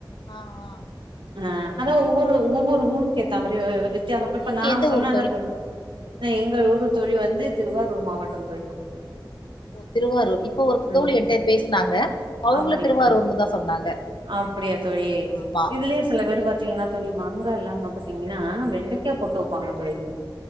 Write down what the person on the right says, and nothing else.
ஆ அதான் ஒவ்வொரு ஒவ்வொரு ஊருக்கு ஏத்த மாதிரி வித்தியாசப்ப இப்ப
நான்
சொன்னேன
இல்ல தோழி எங்க ஊரு தோழி வந்து திருவாரூர் மாவட்டம் தோழி
ம்
அப்படியா
தோழி
அப்படியா தோழி
இதுலயே சில பேரு பாத் பாத்தீங்கன்னா தோழி மாங்காய எல்லாம பாத்தீங்கன்னா வெண்டைக்கா போட்டு வைப்பாங்க தோழி